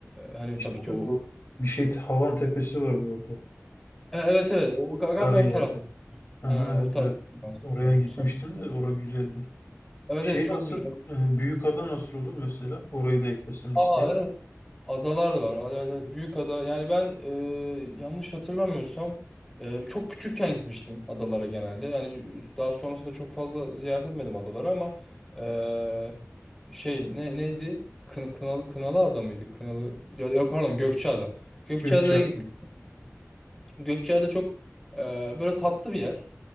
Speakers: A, in the centre; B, on the left.
A: hani
B: İşte
A: tabii ki o
B: bu. Bir şey, Havan Tepesi vardı orada.
A: E, evet evet o galiba
B: Sarıyer'de.
A: o taraf.
B: Aha,
A: Aynen,
B: evet
A: o taraf
B: evet.
A: yanlış
B: Oraya
A: hatırlamıyorsam.
B: gitmiştim de orası güzeldi.
A: Evet
B: Şey
A: evet çok
B: nasıl
A: güzel.
B: e, Büyükada nasıl olur mesela? Orayı da eklesem
A: Aa
B: listeye.
A: evet. Adalar var. Ada, ada- büyük ada. Yani ben e, yanlış hatırlamıyorsam e, çok küçükken gitmiştim adalara genelde. Yani daha sonrasında çok fazla ziyaret etmedim adaları ama e, şey ne, neydi? Kın, Kınalı Kınalı Ada mıydı? Kınalı ya, ya pardon Gökçeada. Gökçeada'ya
B: Gökçe.
A: gitmiş. Gökçeada çok e, böyle tatlı bir yer.